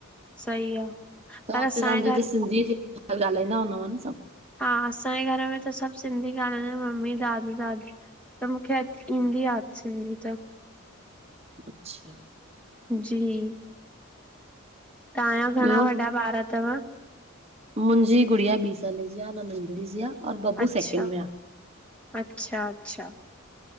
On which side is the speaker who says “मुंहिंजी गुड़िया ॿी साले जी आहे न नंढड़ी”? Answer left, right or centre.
Right